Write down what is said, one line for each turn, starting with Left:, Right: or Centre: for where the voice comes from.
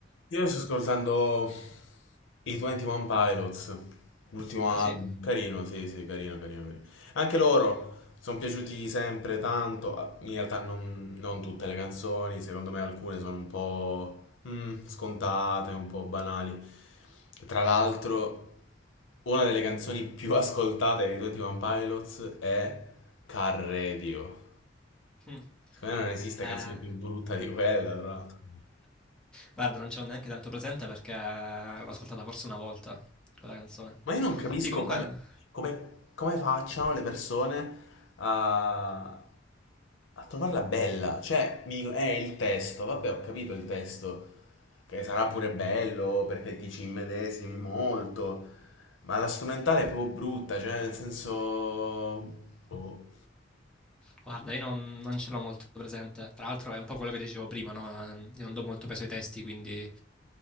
Left: Io sto ascoltando i 21 Pilots, l'ultimo
Centre: Ah
Left: album,
Centre: sì?
Left: carino, sì, sì, carino, carino, carino. Anche loro sono piaciuti sempre tanto, Ah, in realtà non, non tutte le canzoni, secondo me alcune sono un po' mm, scontate, un po' banali. Tra l'altro, una delle canzoni più ascoltate dei 21 Pilots è Car Radio.
Centre: Mm.
Left: Secondo me non esiste
Centre: Eh,
Left: canzone più brutta di quella, tra l'altro.
Centre: guarda, non ce l'ho neanche tanto presente perché l'ho ascoltata forse una volta quella canzone.
Left: Ma io non capisco
Centre: Sì, comunque,
Left: come, come- come facciano le persone a, a trovarla bella. Cioè, mi dicono, eh, il testo, vabbè, ho capito il testo, che sarà pure bello perché ti ci immedesimi molto, ma la strumentale è proprio brutta, cioè, nel senso... Boh,
Centre: guarda, io non, non ce l'ho molto presente. Tra l'altro, è un po' quello che dicevo prima, no? Eh, Io non do molto peso ai testi, quindi